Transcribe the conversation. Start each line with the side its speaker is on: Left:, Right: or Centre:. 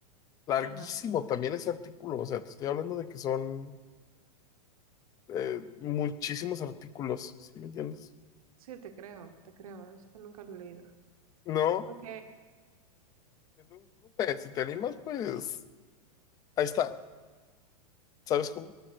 Left: Larguísimo
Right: Ajá.
Left: también ese artículo. O sea, te estoy hablando de que son eh, muchísimos artículos. ¿Sí me entiendes?
Right: Sí, te creo, te creo. Eso nunca lo he leído.
Left: No.
Right: Ok,
Left: Entonces, no sé, si te animas, pues ahí está. ¿Sabes cómo?